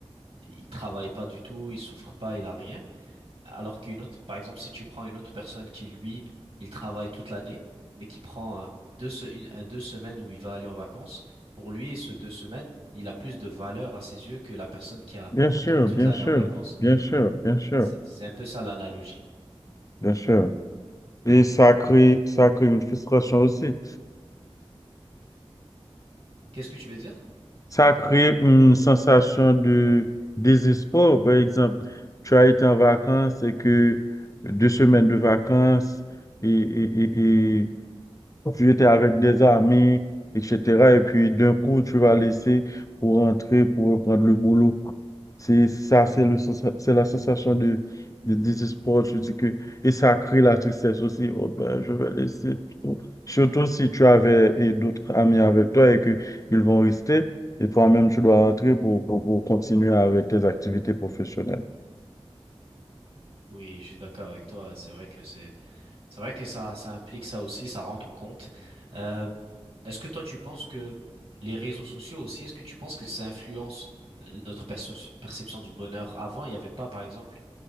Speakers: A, on the right; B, on the left.
A: il travaille pas du tout, il souffre pas, il a rien. Alors qu'une autre, par exemple, si tu prends une autre personne qui, lui, il travaille toute l'année, mais qui prend euh, deux, se- une- un- deux semaines où il va aller en vacances, pour lui, ce deux semaines, il a plus de valeur à ses yeux que la personne qui a
B: Bien sûr,
A: qui est toute
B: bien
A: l'année
B: sûr,
A: en vacances.
B: bien sûr,
A: Donc,
B: bien sûr,
A: c'est c'est un peu ça l'analogie.
B: bien sûr. Et ça crée, ça crée une frustration aussi.
A: Qu'est-ce que tu veux dire?
B: Ça crée une sensation de désespoir. Par exemple, tu as été en vacances et que deux semaines de vacances et, et, et, Tu étais avec des amis, etc. Et puis d'un coup, tu vas laisser pour rentrer, pour reprendre le boulot. C'est ça, c'est le sensa- c'est la sensation de, de désespoir. Je dis que, et ça crée la tristesse aussi. Oh ben, je vais laisser tout. Surtout si tu avais et d'autres amis avec toi et que ils vont rester. Et toi-même, tu dois rentrer pour, pour, pour continuer avec tes activités professionnelles.
A: Oui, je suis d'accord avec toi. C'est vrai que c'est C'est vrai que ça, ça implique ça aussi, ça rend ton compte. Euh, est-ce que toi, tu penses que les réseaux sociaux aussi, est-ce que tu penses que ça influence euh, notre perso- perception du bonheur? Avant, il n'y avait pas, par exemple,